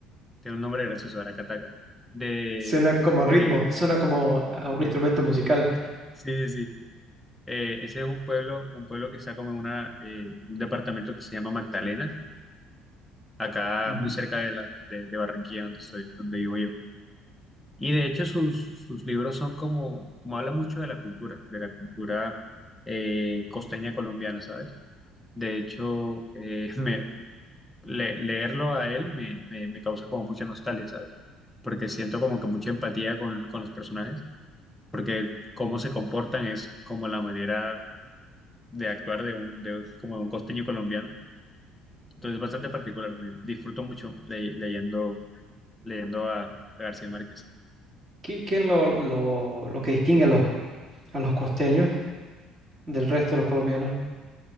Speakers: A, in the centre; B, on the right (about 20°).
A: Tiene un nombre gracioso, Aracataca. De,
B: Suena como ritmo,
A: de-
B: suena como a un instrumento musical.
A: sí, sí, sí. Eh, ese es un pueblo, un pueblo que está como en una, eh, en un departamento que se llama Magdalena, acá
B: Ujú.
A: muy cerca de la, de, de Barranquilla, donde estoy, donde vivo yo. Y de hecho sus, sus libros son como, como habla mucho de la cultura, de la cultura eh, costeña colombiana, ¿sabes? De hecho, eh, <laughs> me, le- leerlo a él me, me, me causa como mucha nostalgia, ¿sabes? Porque siento como que mucha empatía con, con los personajes, porque cómo se comportan es como la manera de actuar de un, de, un- como de un costeño colombiano. Entonces es bastante particular, me- disfruto mucho le- leyendo, leyendo a, a García Márquez.
B: ¿Qué, qué es lo, lo- lo que distingue a los, a los costeños del resto de los colombianos?